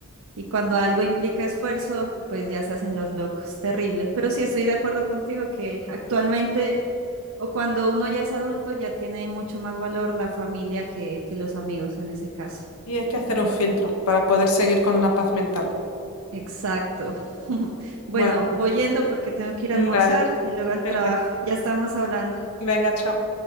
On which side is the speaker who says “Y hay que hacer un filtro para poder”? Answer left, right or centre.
Left